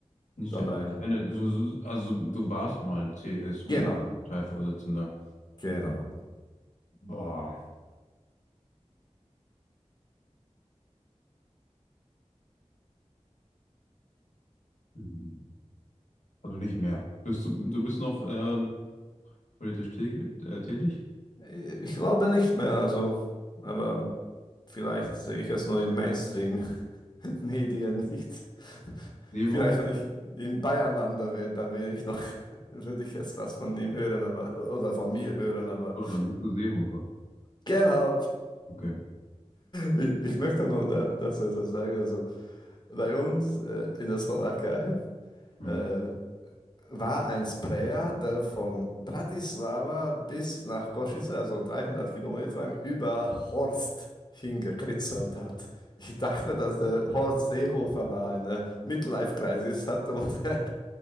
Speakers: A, on the left; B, on the left.
A: Nicht
B: sondern
A: der aktuelle. Also, also du warst mal CSU-Parteivorsitzender.
B: genau, genau.
A: Boah. Mhm. Also nicht mehr. Bist du, du bist noch ähm, politisch täglich, äh, tätig?
B: Ich glaube nicht mehr, also, aber vielleicht sehe ich es nur im Mainstream. <laughs> Nee, dir nicht.
A: Seehofer?
B: Vielleicht, wenn ich im Bayern lande wäre, dann wäre ich noch, <laughs> würde ich jetzt was von ihm hören, aber, oder von mir hören, aber
A: So, dann bist du Seehofer.
B: genau.
A: Okay.
B: Ich, ich möchte nur da, dazu etwas sagen. Also bei uns äh, in der Slowakei,
A: Mhm.
B: äh, war ein Sprayer, der von Bratislava bis nach Košice, also 300 Kilometer lang, über Horst hingekritzelt hat. Ich dachte, dass der Horst Seehofer mal eine Midlife-Crisis hatte und <laughs> er